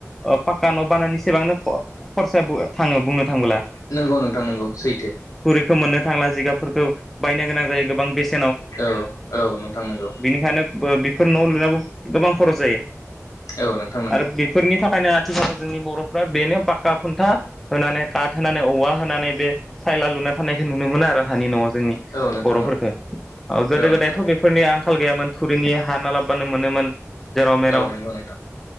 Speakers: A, in the centre; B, on the left.
A: ओ पाक्का न' बानायनि सिबांनो ख-खरसाबु थाङो बुंनो थांब्ला
B: नंगौ नोंथां नंगौ सैथो।
A: थुरिखौ मोननो थांला जिगाबफोरखौ बायनो गोनां जायो गोबां बेसे
B: औ औ नोंथां नंगौ।
A: बेनिखायनो बेफोर न' लुनावबो गोबां खरस जायो
B: औ नोंथां नंगौ।
A: आरो बेफोरनि थाखायनो आथिखालाव जोंनि बर'फ्रा बेनो पाक्का खुन्था होनानै काट होनानै औवा होनानै बे सायला लुना थानायखौ नुनो मोनो आरो हानि न'आव जोंनि
B: औ नोंथां
A: बर'फोरखो।
B: औ
A: ओ गोदो
B: औ
A: गोदायथ'
B: नोंथां।
A: बेफोरनि आंखाल गैयामोन थुरिनि लाबबानो मोनोमोन जेराव मेराव
B: औ नोंगौ नोंथां